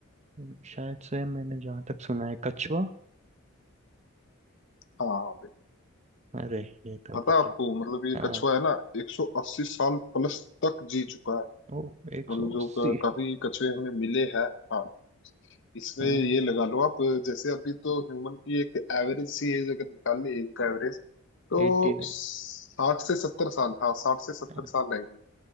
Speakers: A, on the right (about 30°); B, on the left (about 55°).
A: है शायद से मैंने जहाँ तक सुना है कछुआ
B: हाँ भाई
A: अरे ये तो
B: पता
A: पता
B: है आपको
A: है
B: मतलब ये
A: हाँ
B: कछुआ है ना 180 साल प्लस तक जी चुका है
A: ओ एक
B: मतलब
A: सौ
B: जो
A: अस्सी
B: क- काफी कछुए हमें मिले हैं हाँ इसमें
A: हाँ
B: ये लगा लो आप जैसे अभी तो ह्यूमन की एक एवरेज सी एज अगर निकाल ली एज का एवरेज तो
A: एट्टी नाइन
B: साठ से सत्तर साल हाँ साठ से सत्तर
A: हाँ
B: साल है ये